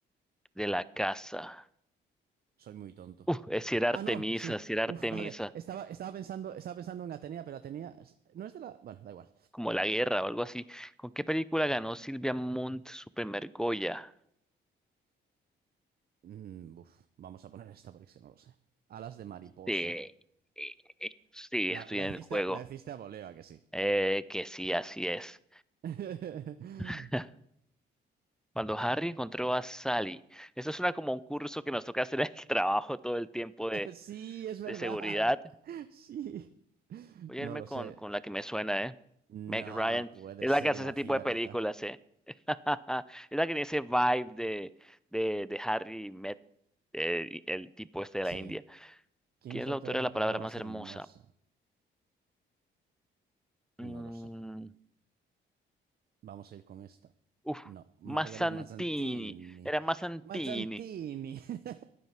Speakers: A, in the centre; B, on the right.
A: de la casa.
B: Soy muy tonto.
A: Uf, es si era Artemisa,
B: Ah, no, sí.
A: si era Artemisa.
B: Uf, vale. Estaba, estaba pensando, estaba pensando en Atenea, pero Atenea es- no es de la. Bueno, da igual.
A: como La Guerra o algo así. ¿Con qué película ganó Silvia Munt su primer Goya?
B: Mm, uf, vamos a poner esta porque es que no lo sé. Alas de mariposa.
A: Sí, eh, eh, sí,
B: La,
A: estoy
B: la
A: en
B: hiciste,
A: el juego.
B: la hiciste a voleo, ¿a que sí.
A: Eh, que sí, así es.
B: <laughs>
A: <laughs> Cuando Harry encontró a Sally. Eso suena como un curso que nos toca hacer en el trabajo todo el tiempo de,
B: Sí, es verdad.
A: de seguridad.
B: Sí.
A: Voy
B: No
A: a irme
B: lo
A: con,
B: sé.
A: con la que me suena, ¿eh?
B: No
A: Meg Ryan.
B: puede
A: Es
B: ser
A: la que hace
B: y la
A: ese
B: cierta.
A: tipo de películas, ¿eh? <laughs> Es la que tiene ese vibe de, de, de Harry Met, eh, el tipo este de
B: Sí.
A: la India.
B: ¿Quién
A: ¿Quién
B: es
A: es
B: la
A: la
B: autora
A: autora
B: de
A: de
B: la
A: la
B: palabra
A: palabra
B: más
A: más hermosa?
B: hermosa? No
A: Mm,
B: lo sé. Vamos a ir con esta.
A: uf,
B: No, Margaret
A: Mazzantini.
B: Mazzantini.
A: Era Mazzantini.
B: Mazzantini. <laughs>